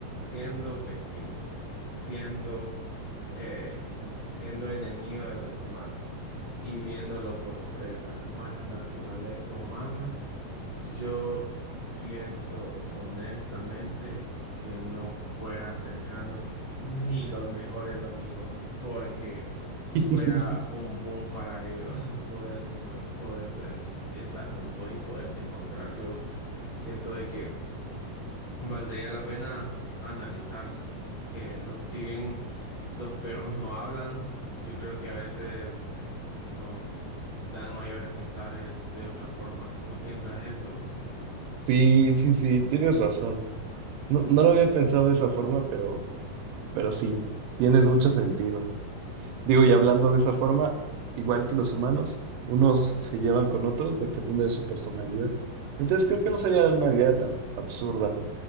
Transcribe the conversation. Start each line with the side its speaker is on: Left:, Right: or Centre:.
Left: siendo pequeño, siendo, eh, siendo enemigo de los humanos y viéndolo por presa, más la naturaleza humana yo pienso honestamente que no fueran cercanos <laughs> ni los mejores amigos, porque
Right: <laughs>
Left: fuera un boom para ellos <laughs> poderse, enco- poderse estar juntos y poderse encontrar. Yo siento de que valdría la pena analizar que los, si bien los perros no hablan, yo creo que a veces eh, nos dan mayores mensajes de otra forma. ¿No piensas eso?
Right: sí, sí, sí, tienes razón. No, no lo había pensado de esa forma, pero, pero sí, tienes mucho sentido. Digo, y hablando de esa forma, igual que los humanos, unos se llevan con otros dependiendo de su personalidad. Entonces creo que no sería una idea tan absurda.